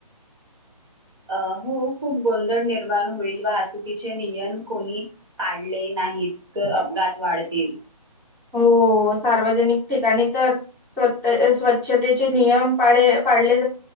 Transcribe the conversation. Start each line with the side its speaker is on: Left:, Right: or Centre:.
Right: अ हो खूप गोंधळ निर्माण होईल. वाहतुकीचे नियम कोणी पाळले नाहीत तर, अपघात वाढतील.
Centre: होअ सार्वजनिक ठिकाणी तर, स्व स्वच्छतेचे नियम पाळे पाळले